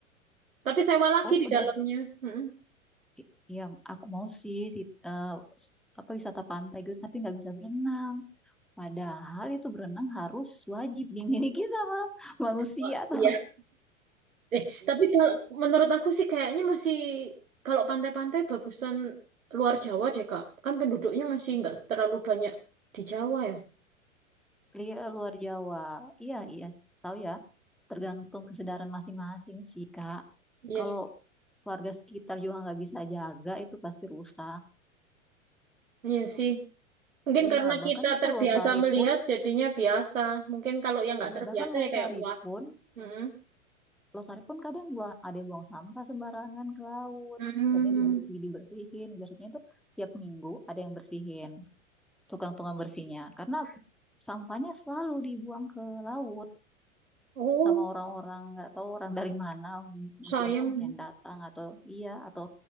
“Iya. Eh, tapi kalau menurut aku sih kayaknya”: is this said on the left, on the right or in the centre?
Right